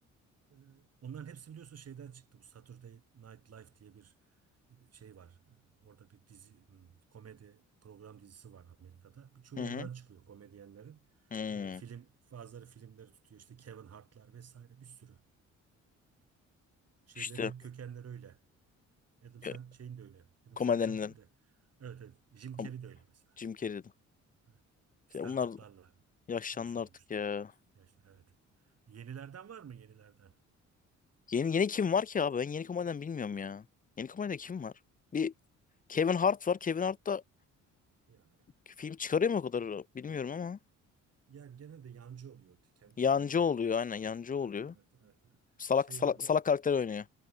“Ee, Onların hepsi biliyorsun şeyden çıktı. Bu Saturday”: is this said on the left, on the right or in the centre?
Right